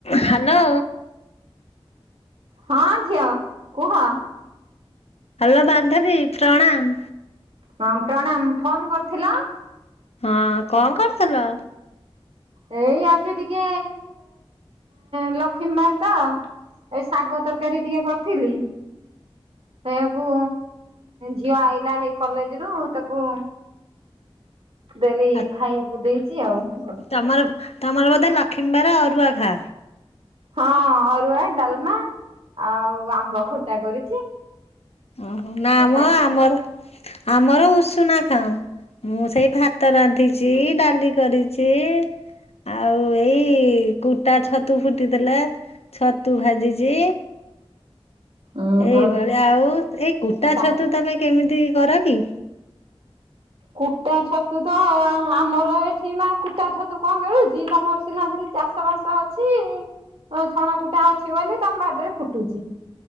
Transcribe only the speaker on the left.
Hello!
ହାଲୋ! ବାନ୍ଧବୀ ପ୍ରଣାମ।
ହଁ କଣ କରୁଥୁଲ?
ଆ
ତମର ତମର ବୋଧେ ଲକ୍ଷ୍ମୀବାର ଅରୁଆ ଖା?
ଓହୋ ନା ମ
ଆମର ଆମର ଉଷୁନା ଖାଉଁ। ମୁଁ ସେଇ ଭାତ ରାନ୍ଧିଚି ଡାଲି କରିଚି। ଆଉ ଏଇ କୁଟା ଛତୁ ଫୁଟିଥିଲା ଛତୁ ଭାଜିଚି।
ଏଇଭଳିଆ
ଆଉ ଏଇ କୁଟା
ଛତୁ ତମେ କେମିତି କର କି?